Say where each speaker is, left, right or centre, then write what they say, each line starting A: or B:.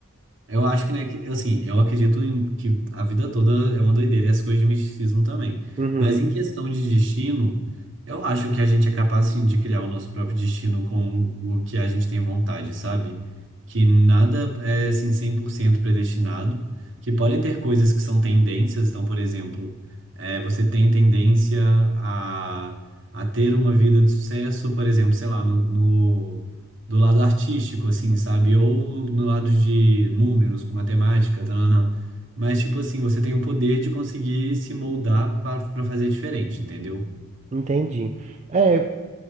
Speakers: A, on the right; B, on the right.
A: Eu acho que, né, que, assim, eu acredito em, que a vida toda é uma doideira e as coisas de misticismo também.
B: Uhum,
A: Mas em questão de destino, eu acho que a gente é capaz, sim, de criar o nosso próprio destino com o que a gente tem vontade, sabe? Que nada é, assim, 100% predestinado, que podem ter coisas que são tendências. Então, por exemplo, é, você tem tendência a, a ter uma vida de sucesso, por exemplo, sei lá, no, do lado artístico, assim, sabe? Ou no lado de números, com matemática, tananã. Mas, tipo assim, você tem o poder de conseguir se moldar para fazer diferente, entendeu?
B: entendi. É,